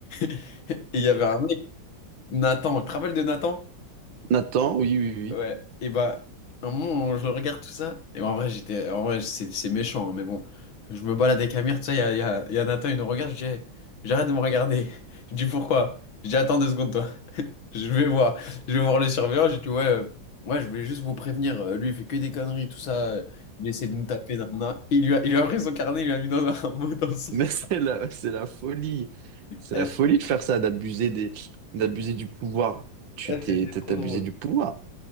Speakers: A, on the left; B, on the right.
A: <laughs> Et il y avait un mec, Nathan, tu te rappelles de Nathan?
B: Nathan, oui, oui, oui.
A: Ouais, et bah, un moment, je le regarde tout ça, et en vrai, j'étais, en vrai, c'est c'est méchant, hein, mais bon, je me balade avec Amir, tout ça, il y a, il y a, il y a Nathan, il nous regarde, je dis, Hey, j'arrête de me regarder. <laughs> Je dis, pourquoi? Je dis, attends deux secondes, toi, <laughs> je vais voir, je vais voir le surveillant, j'ai dit, ouais, euh, ouais, je voulais juste vous prévenir, euh, lui, il fait que des conneries, tout ça, euh, il essaie de nous taper, nanana. Il lui a, il lui a pris son carnet, il lui a mis dans un, <laughs> un mot dans son.
B: Mais
A: <laughs>
B: <laughs> c'est la, c'est la folie. C'est
A: Elle,
B: la folie de faire ça, d'abuser des, d'abuser du pouvoir. Tu
A: elle,
B: t'es,
A: c'était
B: t'es
A: trop
B: abusé
A: drôle.
B: du pouvoir.